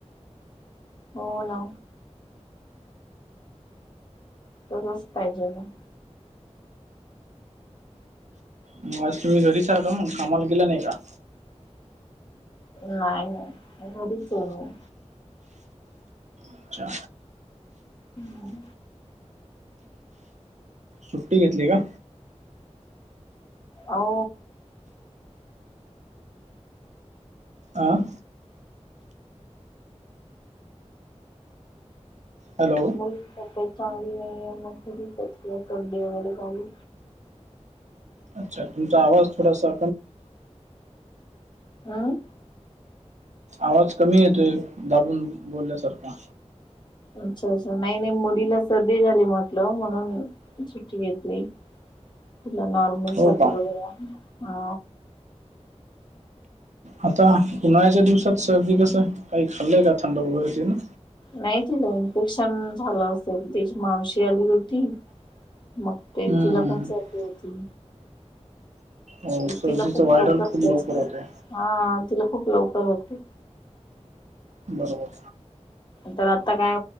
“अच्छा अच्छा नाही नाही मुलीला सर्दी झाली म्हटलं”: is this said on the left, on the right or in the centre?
Left